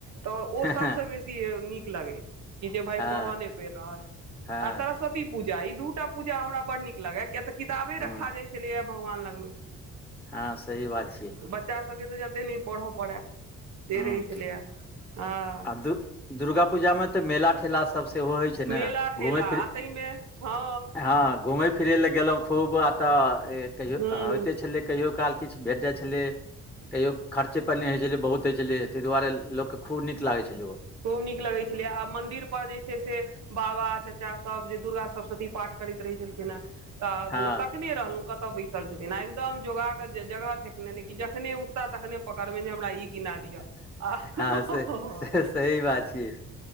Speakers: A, on the right; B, in the centre.
A: तऽ ओ
B: हँ
A: सब सँ बेसी नीक लगै कि जे भाय
B: हँ
A: पढ़य नहि पैर रहल अए,
B: हँ
A: हर तरह से। सरस्वती पूजा ई दूटा पूजा हमरा बड नीक लागै। किया तऽ किताबे
B: हुँ
A: रखा जाइ छलैए भगवान लगमें।
B: हँ सही बात छै।
A: बच्चा सब के तऽ जते नहि पढ़ऽ पड़ै से
B: हुँ
A: रहै छलैए हंँ।
B: आ दु दुर्गा पूजा मे तऽ मेला ठेला सब से सेहो होइ छै ने
A: मेला ठेला
B: घुमै फिर
A: आ ताहिमे हँ
B: हँ घूमै फिरै फिरै लए गेलहुँ खूब आ तऽ हे कहियो
A: हूँ
B: हंँ होइते छलै। कहियो काल किछ भेट जाइ छलै कहियो खर्चे पानी होइ छलै बहुत। होइ छलै ताहि दुआरे लोकके खूब नीक लागै छलै ओ
A: खूब नीक लगै छलै आ मन्दिर पर जे छै से बाबा चचा सब जे दुर्गा सप्तश्वती पाठ करैत रहै छलखिन हेँ! तऽ
B: हँ
A: तखने रहलहुँ कतऽ बैसल छथिन आ एकदम योगाके जगह ठेकने ने जखने, तखने पकड़बे ने जे हमरा ई किना दिअ हं
B: हँ
A: हं
B: से
A: हं,
B: से सही बात छियै